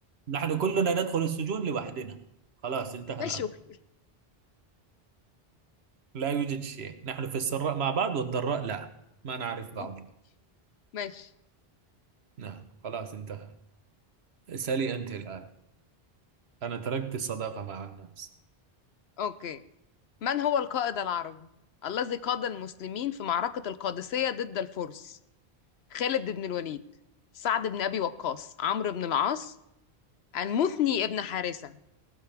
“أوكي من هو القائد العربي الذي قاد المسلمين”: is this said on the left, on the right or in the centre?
Left